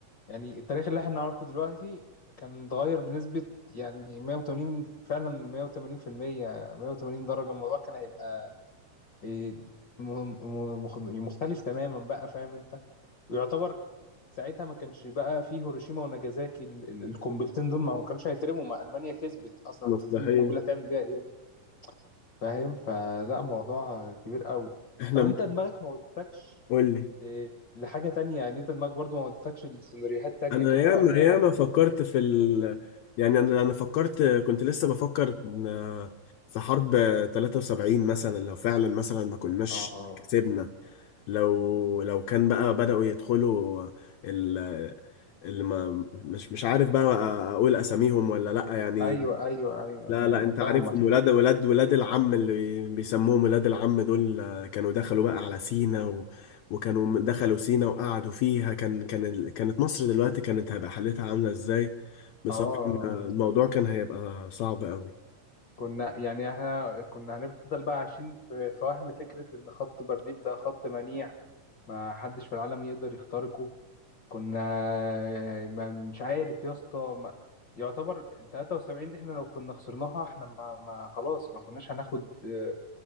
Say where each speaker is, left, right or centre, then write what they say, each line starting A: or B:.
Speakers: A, on the left (about 45°); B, on the left (about 70°).
A: يعني التاريخ اللي احنا نعرفه دلوقتي كان اتغير بنسبة يعني 180 فعلا 180% 180 درجة الموضوع كان هيبقى إيه، م- م- مخ- مختلف تماما بقى فاهم انت ويعتبر ساعتها ما كانش بقى فيه هيروشيما وناجازاكي ال- ال- القنبلتين دول ما ما كانوش هيترموا ما ألمانيا كسبت أصلا
B: مصلحية
A: انت ترمي قنبلة تعمل بيها ايه فاهم فلا موضوع كبير قوي
B: احنا
A: طب
B: بن-
A: انت دماغك ما ودتكش
B: قول لي
A: إيه، لحاجة تانية يعني انت دماغك برضو ما ودتكش لسيناريوهات تانية
B: انا
A: كده
B: ياما
A: ولا
B: ياما فكرت في ال... يعني انا انا فكرت كنت لسه بفكر إن- في حرب 73 مثلا لو فعلا مثلا ما كناش
A: اه
B: كسبنا لو لو كان بقى بدأوا يدخلوا ال... اللي ما مش مش عارف بقى اقول اساميهم ولا لا يعني
A: ايوه ايوه ايوه
B: لا
A: آه،
B: لا
A: انا
B: انت
A: فاهمك
B: عارفهم ولاد ولاد ولاد العم اللي بي- بيسموهم ولاد العم دول آه، كانوا دخلوا بقى على سينا و... وكانوا م- دخلوا سينا وقعدوا فيها كان كان ال... كانت مصر دلوقتي كانت هيبقى حالتها عاملة ازاي بصراحة
A: اه
B: آه، الموضوع كان هيبقى صعب قوي
A: كنا يعني احنا كنا هنفضل بقى عايشين في في وهم فكرة ان خط بارليف ده خط منيع ما حدش في العالم يقدر يخترقه كنا ما مش عارف يا اسطى ما- يعتبر 73 دي احنا لو كنا خسرناها احنا ما, ما خلاص ما كناش هناخد آه،